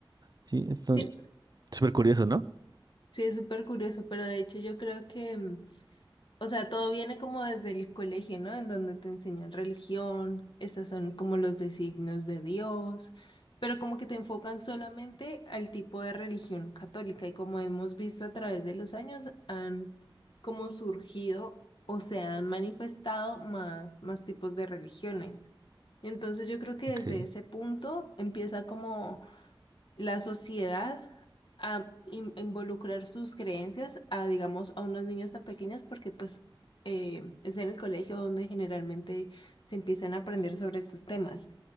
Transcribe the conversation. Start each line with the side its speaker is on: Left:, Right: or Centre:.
Right: Sí,
Left: Sí,
Right: Súper curioso, ¿no?
Left: sí, es súper curioso, pero de hecho yo creo que mm, O sea, todo viene como desde el colegio, ¿no? En donde te enseñan religión, esos son como los designios de Dios, pero como que te enfocan solamente al tipo de religión católica y como hemos visto a través de los años han como surgido o se han manifestado más, más tipos de religiones. Entonces yo creo que
Right: Ok,
Left: desde ese punto empieza como la sociedad a in- involucrar sus creencias a, digamos, a unos niños tan pequeños porque pues eh, es en el colegio donde generalmente se empiezan a aprender sobre estos temas.